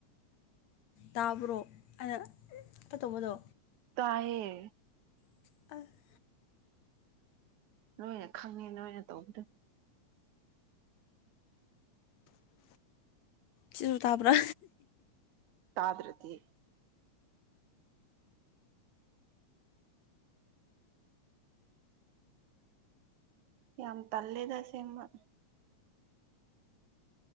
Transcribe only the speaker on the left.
ꯇꯥꯕ꯭ꯔꯣ ꯑꯩꯅ ꯀꯩꯇꯧꯕꯥꯗꯣ
<unintelligible>
ꯁꯤꯖꯨ ꯇꯥꯕ꯭ꯔꯥ